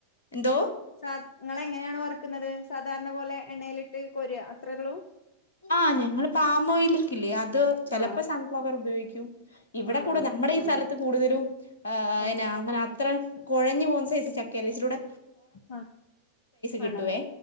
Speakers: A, on the left; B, on the left.
A: എന്തോ
B: സാ ഇങ്ങള് എങ്ങനെ ണ് വർ ക്ക്ന്നത് സാധാരണ പോലെ എണ്ണയിലിട്ട് കൊര്ക അത്രേള്ളൂ
A: ആഹ് ഞങ്ങള് ഇപ്പ പാമോയില്ക്കില്ലേ അത് ചെലപ്പോ
B: ആഹ്
A: സൺഫ്ലവർ ഉപയോഗി ക്കും ഇവിടെ
B: ആഹ്
A: കൂടെ
B: ആഹ്
A: ഞമ്മടെ ഈ സ്ഥല കൂടുതലും ആ
B: ആഹ്
A: അയ്ന അങ്ങന ഇത്ര കൊഴഞ്ഞു പോന്ന് സൈസ് ചക്കയല്ല ഇച്ചരൂടെ
B: ആ
A: കിട്ടുവേ
B: ആണാ